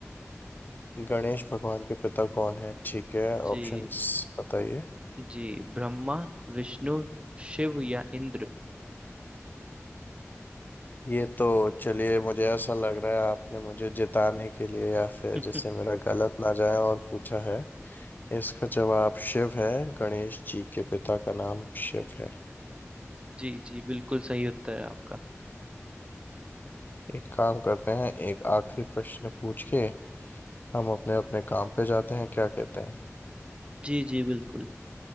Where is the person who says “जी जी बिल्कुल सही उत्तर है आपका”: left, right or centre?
Right